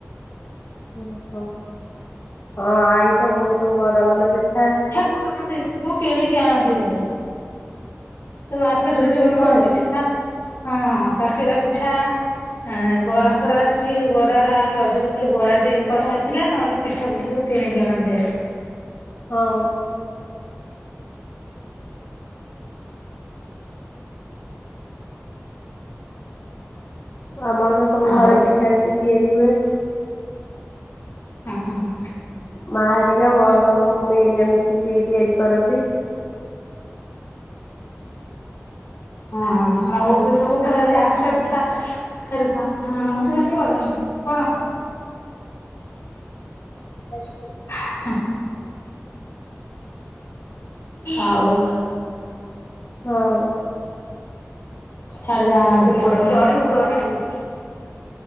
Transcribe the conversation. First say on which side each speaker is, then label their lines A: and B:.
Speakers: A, on the left; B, on the left.
A: ଓହୋ। ହଁ, ଆଇ ତ ବହୁତ ବଡ଼ ଭଲ ପିଠା
B: କରନ୍ତିନି, ତୁ କିଣିକି ଆଣନ୍ତି ହେରି ସେ ମାର୍କେଟରେ ଯୋଉ
A: କିଣିକି
B: ମୁଆଁ
A: ଆଣନ୍ତି।
B: ପିଠା, ହଁ କାକେରା ପିଠା ଏଁ ବରା ଫରା ଅଛି, ବରାର ଆର ଯଉ ଖାଲି ବରା ଟ୍ରିକ୍ କରା ହେଇଥିଲା, ନହେଲେ ପିଠା ପିଠି ସବୁ କିଣିକି ଆଣନ୍ତି ଭାରି।
A: ହଉ। ଆମର ତ ସବୁ
B: ଆଉ
A: ଘରେ ପିଠା ଏମିତି ତିଆରି ହୁଏ।
B: ହଁ ହଁ।
A: ମା ହେରିକା, ମୋ ସବୁ ମମି ହେରଆ ମିଶିକି ତିଆରି କରନ୍ତି।
B: ହଁ, ହଁ, ମୋ ବୋଉ ବି ସବୁ କରେ, ଆରିସା ପିଠା ହରିକା। ହୁଁ, କିମିତି କରନ୍ତି? କଣ? <unintelligible> ଆଉ
A: ହଁ।
B: ହାଡେ ଯାଆନା, ଧୂପ ଟାଇମ୍, ଡରିବୁ ଡରିବୁ।